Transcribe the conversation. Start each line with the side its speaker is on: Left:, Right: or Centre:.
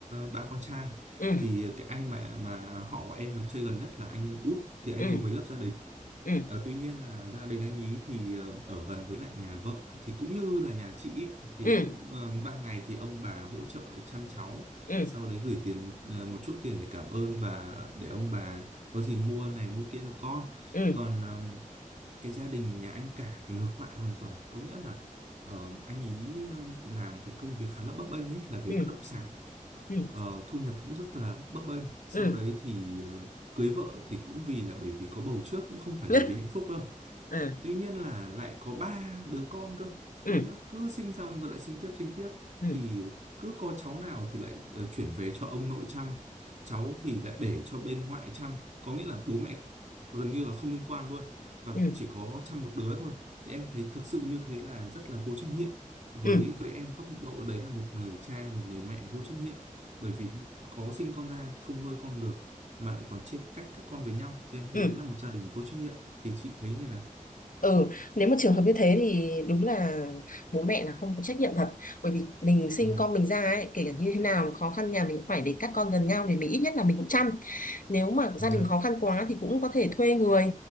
Right: ba con trai
Left: ừ
Right: thì cái anh mà mà họ của em mà chơi gần nhất là anh ấy út thì anh
Left: ừ
Right: ấy mới lập gia đình
Left: ừ
Right: Ờ, tuy nhiên là gia đình anh ấy thì ờ, ở gần với lại nhà vợ thì cũng như là nhà chị ấy, thì
Left: ừ
Right: cũng ờ, ban ngày thì ông bà hỗ trợ chăm cháu
Left: ừ
Right: sau đấy gửi tiền một ờ, một chút tiền để cảm ơn và để ông bà có gì mua này mua kia cho con
Left: ừ
Right: còn ờm, cái gia đình nhà anh cả thì ngược lại hoàn toàn có nghĩa là ờ, anh ý ừm, làm cái công việc khá là bấp bênh ấy là về
Left: ừ
Right: bất động sản
Left: ừ
Right: Ờ, thu nhập cũng rất là bấp bênh sau
Left: ừ ừ
Right: đấy thì ờ, cưới vợ thì cũng vì là bởi vì có bầu trước cũng không phải
Left: ừ
Right: là vì hạnh phúc đâu
Left: ừ
Right: tuy nhiên là lại có ba đứa con cơ
Left: ừ
Right: có nghĩa là cứ sinh xong rồi lại sinh tiếp sinh tiếp
Left: ừ
Right: thì cứ có cháu nào thì lại ờ, chuyển về cho ông nội chăm cháu thì lại để cho bên ngoại chăm có nghĩa là bố mẹ gần như là không liên quan luôn và
Left: ừ
Right: chỉ có chăm một đứa thôi thì em thấy thực sự như thế là rất là vô trách nhiệm với
Left: ừ
Right: với em góc độ đấy là một người cha một người mẹ vô trách nhiệm bởi vì có sinh con ra không nuôi con được mà lại còn chia cách các con với nhau thì em thấy
Left: ừ
Right: đấy là một gia đình vô trách nhiệm thì chị thấy như nào
Left: ừ nếu mà trường hợp như thế thì đúng là bố mẹ là không có trách nhiệm thật bởi vì mình sinh
Right: dạ
Left: con mình ra ấy kể cả như thế nào khó khăn nhà mình cũng phải để các con gần nhau thì mình ít nhất là mình cũng chăm nếu mà gia
Right: dạ
Left: đình khó khăn quá thì cũng có thể thuê người